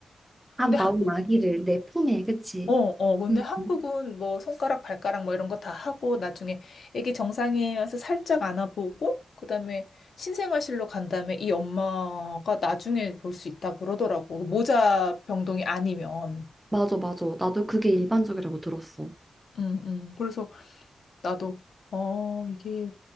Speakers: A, in the centre; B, on the left.
A: 아
B: 근데
A: 나온
B: 한국
A: 아기를 내 품에, 그치?
B: 어, 어, 근데
A: 음,
B: 한국은
A: 음.
B: 뭐 손가락, 발가락 뭐 이런 거 다 하고 나중에 애기 정상이에서 살짝 안아보고 그다음에 신생아실로 간 다음에 이 엄마가 나중에 볼 수 있다 그러더라고. 그 모자 병동이 아니면.
A: 맞아, 맞아. 나도 그게 일반적이라고 들었어.
B: 음, 음. 그래서 나도 어, 이게